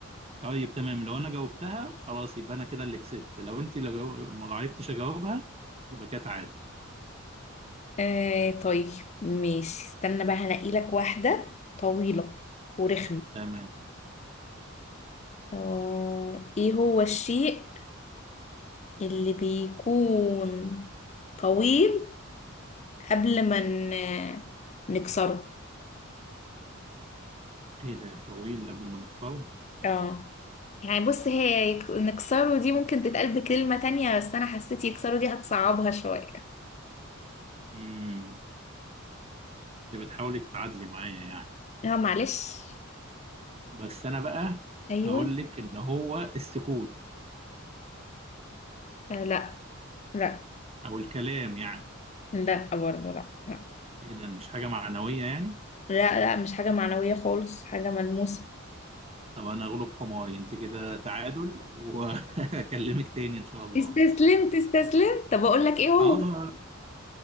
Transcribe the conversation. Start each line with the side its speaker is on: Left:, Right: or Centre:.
Right: طيب تمام لو انا جاوبتها خلاص يبقى انا كده اللي كسبت لو انت لو جو... ما عرفتش اجاوبها يبقى كده تعادل
Left: آه طيب ماشي استنى بقى هنقي لك واحدة طويلة ورخمة
Right: تمام
Left: آه، ايه هو الشيء اللي بيكون طويل قبل ما ن- نكسره
Right: ايه ده طويل قبل ما نكسره
Left: اه يعني بص هي يك- نكسره دي ممكن تتقال بكلمة تانية بس انا حسيت يكسره دي هتصعبها شوية
Right: امم انت بتحاولي تتعادلي معايا يعني
Left: لا معلش
Right: بس انا بقى
Left: ايوه
Right: هقول لك ان هو السكوت
Left: آه لا لا
Right: او الكلام يعني
Left: لا برضه لا لا
Right: ايه ده مش حاجه معنويه يعني
Left: لا لا مش حاجة معنوية خالص حاجة ملموسة
Right: طب انا اغلب حماري انت كده تعادل وهكلمك <laughs> تاني ان شاء الله
Left: استسلمت استسلمت طب اقول لك ايه هو
Right: اه